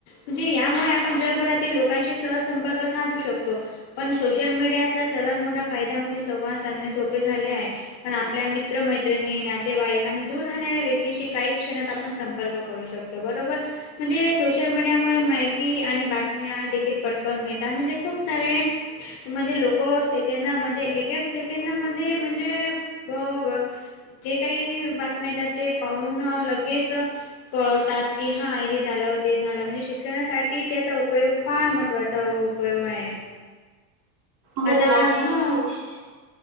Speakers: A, on the left; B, on the right.
A: म्हणजे यामुळे आपण जगभरातील लोकांशी सहसंपर्क साधू शकतो. पण सोशल मीडियाचा सर्वात मोठा फायदा म्हणजे संवाद साधने सोपे झाले आहे. कारण आपल्या मित्र मैत्रिणी नातेवाईक आणि दूर राहणाऱ्या व्यक्तीशी काही क्षणात आपण संपर्क करू शकतो. ते बरोबर म्हणजे सोशल मीडियामुळे माहिती आणि बातम्या देखील पटत. पण मिळतात म्हणजे खूप सारे. म्हणजे लोक सेकंदामध्ये एक एक सेकंदामध्ये म्हणजे. ब व जे काही बातम्या येतात ते पाहून लगेच. पळवतात की हां हे झालं ते झालं म्हणजे शिक्षणासाठी त्याचा उपयोग फार मग. तत्त्वाचा उपयोग आहे.
B: हो
A: आता
B: आणि
A: ह
B: सोष''--''